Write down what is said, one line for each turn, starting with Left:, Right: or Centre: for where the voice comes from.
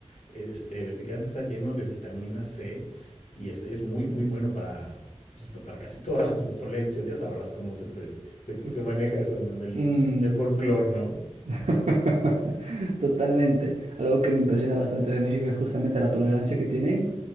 Left: Es- el picante está lleno de vitamina C y es, es muy, muy bueno para, pues, pa- para casi todas las dolencias. Ya sabrás cómo se, se, se-
Right: es-
Left: se maneja eso en, en el,
Right: mm.
Left: en el folclore, ¿no?
Right: <laughs> Totalmente. Algo que me impresiona bastante de México es justamente la tolerancia que tienen